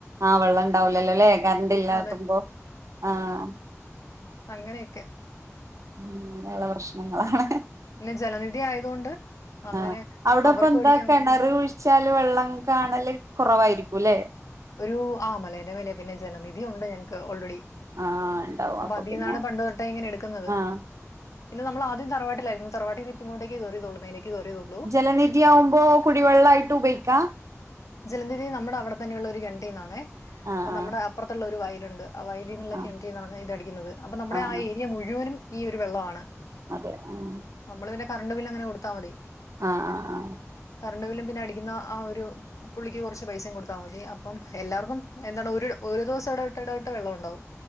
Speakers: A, on the right; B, on the left.
A: ആഹ് വെള്ളം ഉണ്ടാവൂലല്ലോല്ലേ കറണ്ട് ഇല്ലാത്തുമ്പോ
B: അതെ
A: ആഹ്
B: അങ്ങനെ ഒക്കെ
A: ഉം അങ്ങനെയുള്ള പ്രശ്നങ്ങളാണ്
B: പിന്നെ ജലനിധി ആയതുകൊണ്ട് അങ്ങനെ
A: ആഹ് അവിടെപ്പെന്താ
B: അവർക്കും അടിക്കാൻ
A: കെണറ്
B: പറ്റത്തില്ല
A: കുഴിച്ചാല് വെള്ളം കാണല് കുറവായിരിക്കുല്ലേ
B: ഒരു ആഹ് മലേന്റെ മേലെ പിന്നെ ജലനിധി ഉണ്ട് ഞങ്ങക്ക് ഓൾറെഡി
A: ആഹ് ഉണ്ടാവും
B: അപ്പൊ അതിൽന്നാണ്
A: പിന്നെ
B: പണ്ട് തൊട്ടെ ഇങ്ങനെ എടുക്കുന്നത്
A: ആഹ്
B: പിന്നെ നമ്മള് ആദ്യം തറവാട്ടിലായിരുന്നു തറവാട്ടിൽന്ന് ഇതേ ഇപ്പം ഇങ്ങോട്ട് കേറിയതെ ഒള്ളൂ മേലേക്ക് കേറിയതെ ഒള്ളു
A: ജലനിധി ആവുമ്പോ കുടിവെള്ളായിട്ടു ഉപയോഗിക്കാ
B: ജലനിധി നമ്മുടെ അവിടെ തന്നെയുള്ള ഒരു കെണറ്റീന്നാണെ
A: ആഹ്
B: അപ്പ നമ്മുടെ അപ്പുറത്തുള്ള ഒരു വയലുണ്ട് ആ വയൽ ന്നുള്ള
A: ആഹ്
B: കെണറ്റീന്നാണ് ഇത് അടിക്കുന്നത് അപ്പൊ നമ്മുടെ
A: ആഹ് ആഹ്
B: ആ
A: ആഹ്
B: ഏരിയ മുഴുവനും ഈ ഒരു വെള്ളവാണ്
A: അതെ ആഹ്
B: നമ്മള് പിന്നെ കറണ്ട് ബില്ല് അങ്ങനെ കൊടുത്താ മതി
A: ആഹ് ആഹ് ആഹ്
B: കറണ്ട് ബില്ലും പിന്നെ അടിക്കുന്ന ആ ഒരു പുള്ളിക്ക് കൊറച്ച് പൈസയും കൊടുത്താ മതി അപ്പം എല്ലാവർക്കും എന്താണ് ഒരു ഒരു ദിവസം എടവിട്ട് എടവിട്ട് വെള്ളം ഉണ്ടാവും